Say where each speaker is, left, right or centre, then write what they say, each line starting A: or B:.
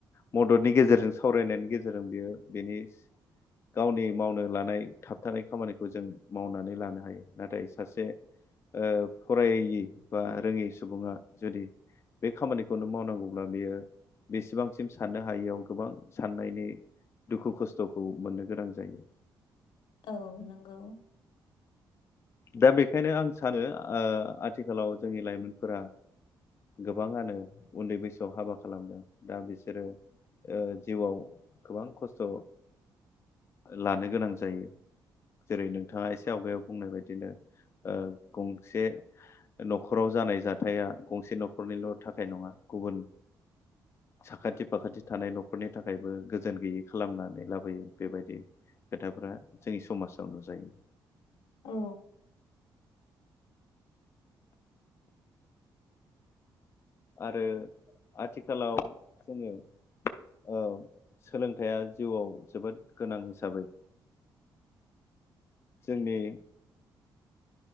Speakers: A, on the left; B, on the left.
A: मददनि गेजेरजों सावरायनायनि गेजेरजों बियो बेनि गावनि मावनो लानाय थाबथानाय खामानिखौ जों मावनानै लानो हायो नाथाय सासे ओ फरायि बा रोङि सुबुङा जुदि बे खामानिखौनो मावनांगौब्ला बेयो बेसेबांसिम साननो हायियाव गोबां साननायनि दुखु खस्थ'खौ मोननो गोनां जायो।
B: औ नंगौ।
A: दा बेखायनो आं सानो ओ आथिखालाव जोंनि लाइमोनफोरा गोबाङानो उन्दै बैसोआव हाबा खालामदों दा बिसोरो ओ जिउआव गोबां खस्थ' लानो गोनां जायो जेरै नोंथाङा एसे आवगायाव बुंनाय बायदि। दिनो ओ गंसे न'खराव जानाय जाथाया गंसे न'खरनिल थाखाय नङा गुबुन साखाथि फाखाथि थानाय न'खरनि थाखायबो गोजोन गैयै खालामनानै लाबोयो बेबायदि खोथाफ्रा जोंनि समाजावनो जायो।
B: औ।
A: आरो आथिखालाव जोङो ओ सोलोंथाइया जिउआव जोबोद गोनां हिसाबै जोंनि